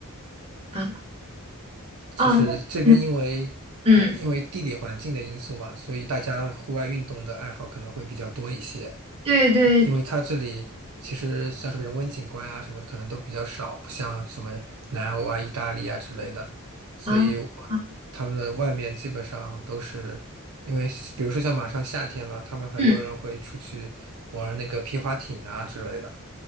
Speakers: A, on the right (about 25°); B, on the right (about 80°).
A: 啊，
B: 就是这边因为呃，
A: 哦，那嗯，嗯
B: 因为地理环境的因素嘛，所以大家户外运动的爱好可能会比较多一些。
A: 对对
B: 因因为它这里其实像什么人文景观啊什么的，可能都比较少，不像什么南欧啊、意大利啊之类的，所以我
A: 啊，啊
B: 他们的外面基本上都是因为，比如说像马上夏天了，他们很多人会出去玩那个皮划艇啊之类的。
A: 嗯，